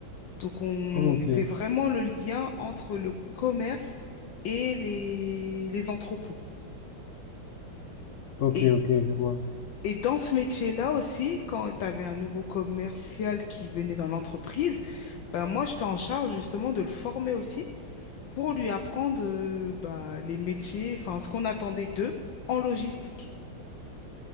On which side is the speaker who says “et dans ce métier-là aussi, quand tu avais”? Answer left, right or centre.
Left